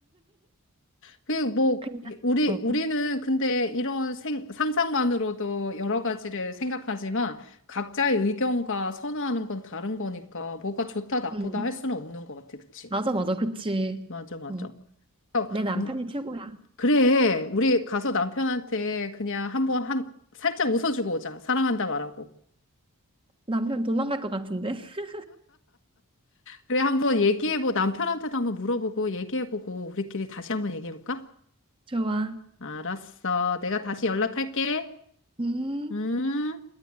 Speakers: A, on the left; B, on the right.
A: 그, 뭐,
B: 그냥,
A: 이- 우리,
B: 어,
A: 우리는 근데 이런 생, 상상만으로도 여러 가지를 생각하지만 각자의 의견과 선호하는 건 다른 거니까 뭐가 좋다, 나쁘다
B: 음,
A: 할 수는 없는 것 같아. 그치?
B: 맞아, 맞아, 그치.
A: 맞아, 맞아.
B: 어,
A: 그러니까
B: 내 남편이
A: 우-
B: 최고야.
A: 그래. 우리 가서 남편한테 그냥 한번 한, 살짝 웃어주고 오자. 사랑한다 말하고.
B: 남편 도망갈 것 같은데? <laughs>
A: 그래, 한번 얘기해보고, 남편한테도 한번 물어보고, 얘기해보고, 우리끼리 다시 한번 얘기해볼까?
B: 좋아.
A: 알았어. 내가 다시 연락할게.
B: 음.
A: 음.